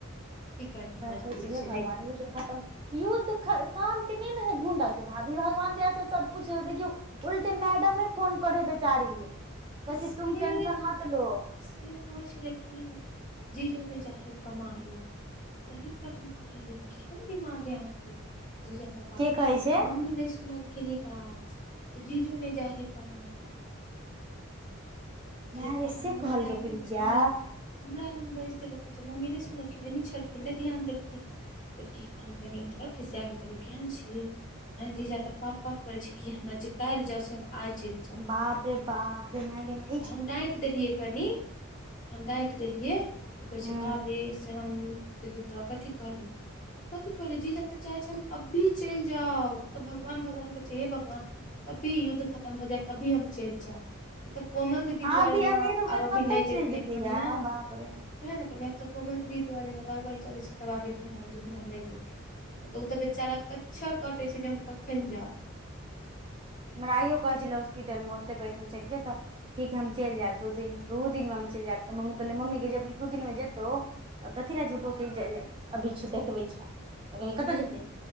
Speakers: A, on the left; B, on the right.
A: की करथिन मजबूरी
B: कहै छि हे‌
A: छै
B: भगवान
A: नहि कोनो
B: तऽ
A: बात
B: खतम युद्ध ख काम के नहि ने है ढूंढड के भाभि भगवान दया से सबकुछ है देखियौ उलटे मैडमे फोन करै बेचारी
A: तऽ
B: कहै छय
A: से
B: तुम टेंशन मतलो
A: से कहै छलै कि जीजो नइ जा है कमायला तही पर हम कहले केहन दिमाग है अहाँ के जे जता पापा
B: के कहै छै
A: मम्मी नइ सुनलखिन ई बात जीजु नै जाइ है कमाइ ला ताहि
B: मैंगे
A: पर
B: से
A: हम
B: कहलकै
A: दादी
B: प्रीतिया
A: के सामने हमरा लग बाजि देलक मतलब मम्मी नइ सुनलखिन एनहि छलखिन नइ ध्यान देलखिन की हम कनि मतलब खिसिया क कहलि केहन छि हैं जीजा तऽ बाप बाप करे छय कि हमरा जे काल्हि जाउ से हम आइ चलि जाउ
B: बाप रे बाप गेल माइ गे माइ
A: तऽ हम डैट देलियै कनि हम डाँटि देलियै तऽ कहै
B: हूं
A: छै भाभी से हम देखियै तऽ कथी कहल कथी कहल जी जा तऽ चाहे छैै हम अभी चलि जाउ तऽ भगवान भगवान करै छियै हे भगवान कभी युद्ध खतम हो जाय कभी हम चलि जाउ उ तऽ कोमल द ती दुआरे
B: आब
A: न
B: ई अनेर
A: आब
B: होके
A: अभी
B: कतऽ
A: नइ जेथिन
B: चलि जेतै
A: एक महीना
B: यार बाप रे
A: वएह ने कहलै आब तऽ कोमल दुआरे दवाइ उवाइ चलै छै तब आब एक महना दू महना नहि जेथिन ओ तऽ बेचारा कच्छर कटे छय जे हम कखन जाउ
B: हमरा आइयो कहै छलै हॉस्पिटलमे ओते बैठल छलियै तऽ ठीक है हम चलि जायब दू दिन दू दिन में हम चलि जायब तऽ मम्मी कहलै मम्मी के जब दू दिन मे जेतौ तऽ कथी लए झूठोे केँ <unintelligible> अभी देखबै छै तऽ कहै कतहु
A: हँ
B: जेतै